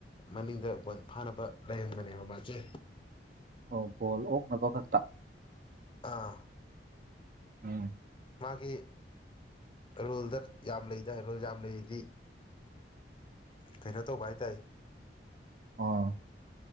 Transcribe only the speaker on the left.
ꯃꯅꯤꯡꯗ ꯕ ꯐꯥꯅꯕ ꯂꯩꯍꯟꯕꯅꯦꯕ ꯃꯥꯁꯦ
ꯑꯥ
ꯃꯥꯒꯤ ꯔꯨꯜꯗ ꯌꯥꯝ ꯂꯩꯗ ꯔꯨꯜ ꯌꯥꯝ ꯂꯩꯔꯤꯗꯤ ꯈꯩꯅꯩꯅꯣ ꯇꯧ ꯚꯥꯏ ꯇꯥꯏ